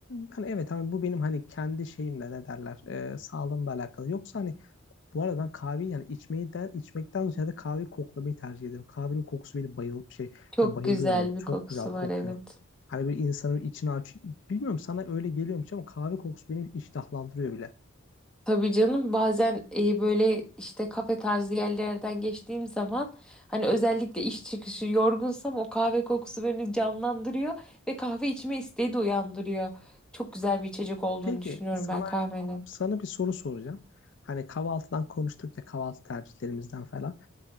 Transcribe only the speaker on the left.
Hani evet hani bu benim hani kendi şeyimle ne derler e, sağlığımla alakalı. Yoksa hani Bu arada ben kahveyi yani içmeyi de, içmekten ziyade kahveyi koklamayı tercih ederim. Kahvenin kokusu beni bayıl şey
ya bayılıyorum.
ben
çok
güzel kokuyor.
Hani bir insanın içini aç. Bilmiyorum sana öyle geliyormuş ama kahve kokusu beni iştahlandırıyor bile.
Peki
sana
sana bir soru soracağım. Hani kahvaltıdan konuştuk ya kahvaltı tercihlerimizden falan.